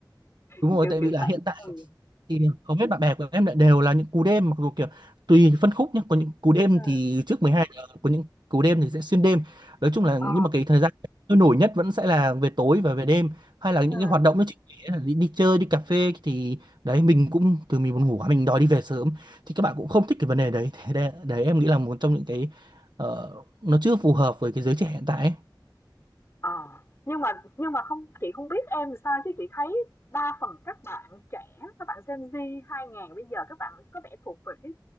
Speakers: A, on the right; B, on the left.
A: đúng
B: cái
A: rồi
B: kiểu
A: tại
B: kiểu
A: vì là
B: vậy
A: hiện tại
B: ừ
A: thì hầu hết bạn bè của em lại đều là những cú đêm mặc dù kiểu tùy phân khúc nhé có những cú đêm
B: ừ
A: thì trước 12 giờ có những cú đêm thì sẽ xuyên đêm nói chung là
B: ờ
A: nhưng mà cái thời gian sôi nổi nhất vẫn sẽ là về tối và về đêm hay là những
B: ừ
A: cái hoạt động nó chỉ là đi, đi chơi đi cà phê thì đấy mình cũng từ mình buồn ngủ quá, mình đòi đi về sớm thì các bạn cũng không thích cái vấn đề đấy thế đấy, đấy em nghĩ là một trong những cái ờ, nó chưa phù hợp với cái giới trẻ hiện tại ấy.
B: Ờ, nhưng mà nhưng mà không chị không biết em làm sao chứ chị thấy đa phần các bạn trẻ, các bạn Gen Z 2000 bây giờ các bạn có vẻ thuộc về cái